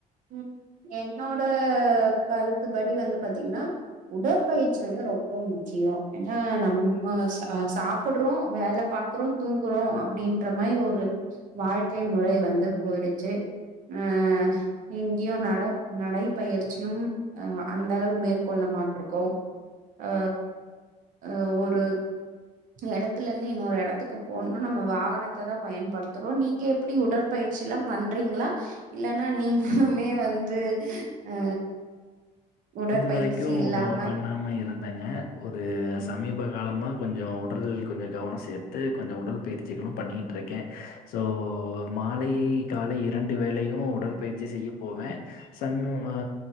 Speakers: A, on the right; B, on the left.
A: ம் என்னோட கருத்துபடி வந்து பாத்தீங்கன்னா உடற்பயிற்சி வந்து ரொம்ப முக்கியோ ஏனா நம்ம சாப் சாப்படுறோ வேல பாக்குறோ தூங்குறோ அப்டின்ற மாதி ஒரு வாழ்க்கை முறை வந்து போயிடுச்சு ஆ எங்கயு நட நடைப்பயிற்சியும் அ அந்த அளவு மேற்கொள்ள மாட்டுருக்கோ அ அ ஒரு எடத்துல இருந்து இன்னொரு எட த்துக்கு போணுனா நம்ம வாகனத்த தா பயன்படுத்துறோ நீங்க எப்டி உடற்பயிற்சி எல்லா பண்றீங்களா இல்லன்னா நீங்கலுமே வந்து அ உடற்பயிற்சி
B: இது வரைக்கு
A: இல்லாம
B: பண்ணாம இருந்தங்க ஒரு
A: ம்
B: சமீப காலமா கொஞ்ச உடல் கொஞ்ச கவன சேர் த்து கொஞ்ச உடல் பயிற்சிகளும் பண்ணிட்டு இருக்கே ஸோ மாலை காலை இரண்டு வேலையும் உடற்பயிற்சி செய்ய போவே சன் அ